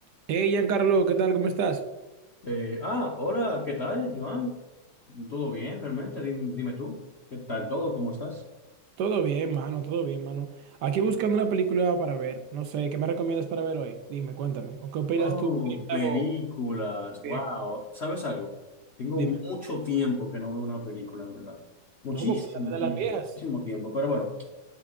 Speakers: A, on the right (about 75°); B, on the left (about 55°).
A: Hey, Giancarlo, ¿qué tal? ¿Cómo estás?
B: Eh, ah, hola, ¿qué tal, Joan? ¿Todo bien, realmente? Dim- Dime, tú, ¿qué tal todo? ¿Cómo estás?
A: Todo bien, mano, todo bien, mano. Aquí buscando una película para ver. No sé, ¿qué me recomiendas para ver hoy? Dime, cuéntame. ¿O qué opinas
B: Oh,
A: tú? del
B: películas,
A: nuevo? Eh,
B: wow. ¿Sabes algo? Tengo
A: Dime.
B: mucho tiempo que no veo una película, en verdad. Muchísimo
A: No, pues cuéntame de
B: tiempo,
A: las viejas.
B: muchísimo tiempo. Pero bueno,